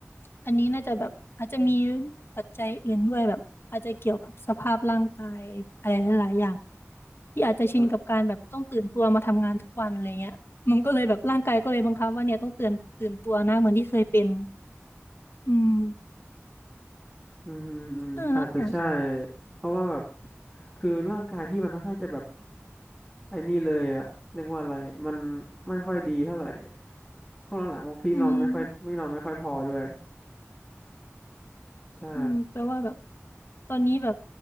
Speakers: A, on the left (about 50°); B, in the centre.
A: อันนี้น่าจะแบบอาจจะมีปัจจัยอื่นด้วยแบบอาจจะเกี่ยวกับสภาพร่างกายอะไรหลายๆอย่างพี่อาจจะชินกับการแบบต้องตื่นตัวมาทำงานทุกวันอะไรเงี้ยมันก็เลยแบบร่างกายก็เลยบังคับว่าเนี่ยต้องตื่นตื่นตัวนะเหมือนที่เคยเป็น
B: เออ
A: อืม
B: อืมอืมอืมอาจจะใช่
A: เออแล้วเนี่ย
B: เพราะว่าแบบคือร่างกายพี่มันค่อนข้างจะแบบ ไอ้นี่เลยอะเรียกว่าอะไรมันไม่ค่อยดีเท่าไหร่ช่วงหลังๆว่าพี่นอนไม่ค่อยไม่นอนไม่ค่อยพอด้วย
A: อืม
B: ใช่
A: อืมแปลว่าแบบตอนนี้แบบ